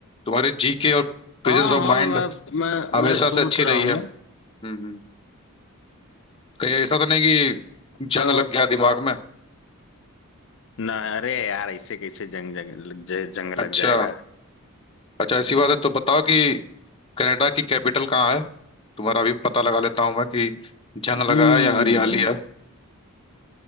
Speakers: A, on the left; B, on the left.
A: तुम्हारी जीके और प्रेजेंस
B: हाँ हाँ
A: ऑफ माइंड
B: मैं मैं
A: हमेशा
B: मैं सोच
A: से अच्छी
B: रहा
A: रही है
B: हूँ
A: हम्म हम्म। कहीं ऐसा तो नहीं कि
B: अ,
A: जंग लग गया दिमाग में
B: ना अरे यार ऐसे कैसे जंग जंग लग जाए- जंग लग
A: अच्छा
B: जाएगा
A: अच्छा ऐसी बात है तो बताओ कि कनाडा की कैपिटल कहाँ है तुम्हारा अभी पता लगा लेता हूँ मैं कि जंग लगा
B: हम्म
A: है या हरियाली है